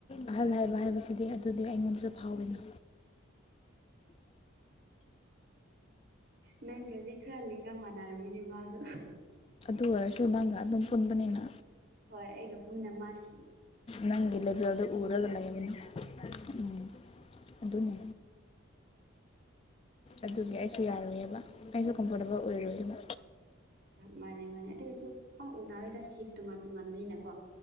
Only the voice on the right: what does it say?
ꯅꯪꯒꯗꯤ ꯈ꯭ꯔ ꯂꯤꯒꯃꯅꯔꯝꯒꯤꯅꯤꯃ ꯑꯗꯨ
ꯍꯣꯏ ꯑꯩꯒ ꯄꯨꯨꯝꯅ ꯃꯥꯜꯂꯤ
ꯃꯥꯅꯤ ꯃꯥꯅꯦ ꯑꯗꯨ ꯑꯣꯏꯔꯁꯨ ꯄꯥꯛ ꯎꯅꯔꯣꯏꯗ ꯁꯤꯐ ꯇꯣꯉꯥꯟ ꯇꯣꯉꯥꯟꯕ ꯃꯤꯅ ꯀꯣ